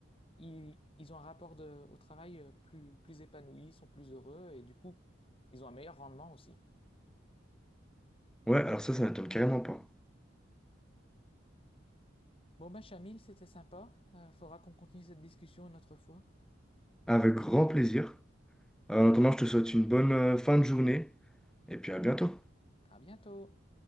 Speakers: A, on the left (about 30°); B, in the centre.
A: Ils, ils ont un rapport de- au travail euh, plus, plus épanoui, sont plus heureux et du coup, ils ont un meilleur rendement aussi.
B: Ouais, alors ça, ça m'étonne carrément pas.
A: Bon, bah, Chamil, c'était sympa. Euh, faudra qu'on continue cette discussion une autre fois.
B: Avec grand plaisir. Euh, En attendant, je te souhaite une bonne euh, fin de journée et puis à bientôt.
A: À bientôt!